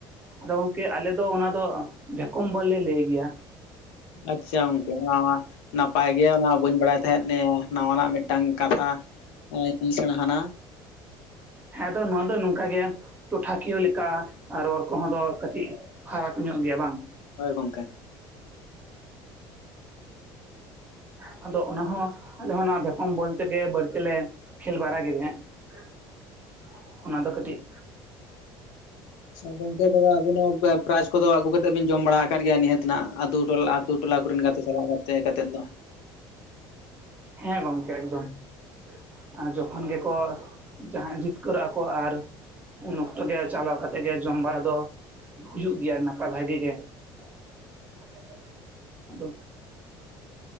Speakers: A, on the right; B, on the left.
A: ᱟᱫᱚ ᱜᱚᱝᱠᱮ ᱟᱞᱮ ᱫᱚ ᱚᱱᱟ ᱫᱚ ᱵᱷᱮᱠᱚᱢ ᱵᱚᱞ ᱞᱮ ᱞᱟᱹᱭ ᱜᱮᱭᱟ ᱾
B: ᱟᱪᱪᱷᱟ ᱜᱚᱝᱠᱮ ᱢᱟ ᱢᱟ ᱾ ᱱᱟᱯᱟᱭᱜᱮ ᱚᱱᱟ ᱵᱟᱹᱧ ᱵᱟᱲᱟᱭ ᱛᱟᱦᱮᱸᱫ ᱱᱟᱣᱟᱱᱟᱜ ᱢᱤᱫᱴᱟᱝ ᱠᱟᱛᱷᱟ ᱤᱧ ᱥᱮᱬᱟ ᱦᱟᱱᱟ ᱾
A: ᱦᱮᱸᱛᱚ ᱱᱚᱣᱟ ᱫᱚ ᱱᱚᱝᱠᱟ ᱜᱮᱭᱟ ᱾ ᱴᱚᱴᱷᱟᱠᱤᱭᱟᱹ ᱞᱮᱠᱟ ᱨᱚᱲ ᱠᱚᱦᱚᱸ ᱫᱚ ᱠᱟᱹᱴᱤᱡ ᱯᱷᱟᱨᱟᱠ ᱧᱚᱜ ᱜᱮᱭᱟ ᱵᱟᱝ?
B: ᱦᱳᱭ ᱜᱚᱝᱠᱮ ᱾
A: ᱦᱩᱸ <inaudible> ᱟᱫᱚ ᱚᱱᱟ ᱦᱚᱸ ᱟᱞᱮ ᱦᱚᱸ ᱚᱱᱟ ᱵᱷᱮᱠᱚᱢ ᱵᱚᱞ ᱛᱮᱜᱮ ᱵᱟᱹᱲᱛᱤ ᱞᱮ ᱠᱷᱮᱞ ᱵᱟᱲᱟ ᱠᱮᱫᱟ ᱾ <inaudible> ᱚᱱᱟ ᱫᱚ ᱠᱟᱹᱴᱤᱡ
B: ᱥᱮ ᱜᱚᱝᱠᱮ ᱟᱹᱵᱤᱱ ᱦᱚᱸ ᱯᱨᱟᱭᱤᱡ ᱠᱚᱫᱚ ᱟᱹᱜᱩ ᱠᱟᱛᱮ ᱵᱤᱱ ᱡᱚᱢ ᱵᱟᱲᱟ ᱟᱠᱟᱫ ᱜᱮᱭᱟ ᱱᱤᱦᱟᱹᱛ ᱱᱟᱦᱟᱜ ᱟᱛᱳ ᱴᱚᱞᱟ ᱟᱛᱳ ᱴᱚᱞᱟ ᱠᱚᱨᱮᱱ ᱜᱟᱛᱮ ᱥᱟᱞᱟᱜ ᱛᱟᱦᱮᱸ ᱠᱟᱛᱮᱫ ᱫᱚ ᱾
A: ᱦᱮᱸ ᱜᱚᱝᱠᱮ ᱮᱠᱫᱚᱢ ᱾ ᱟᱨ ᱡᱚᱠᱷᱚᱱ ᱜᱮᱠᱚ ᱡᱟᱦᱟᱸᱭ ᱡᱤᱛᱠᱟᱹᱨᱚᱜ-ᱟ ᱠᱚ ᱟᱨ ᱩᱱ ᱚᱠᱛᱚ ᱜᱮ ᱪᱟᱞᱟᱣ ᱠᱟᱛᱮ ᱜᱮ ᱡᱚᱢ ᱵᱟᱲᱟ ᱫᱚ ᱦᱩᱭᱩᱜ ᱜᱮᱭᱟ ᱱᱟᱯᱟᱭ ᱵᱷᱟᱜᱮ ᱜᱮ ᱾ <inaudible> ᱟᱫᱚ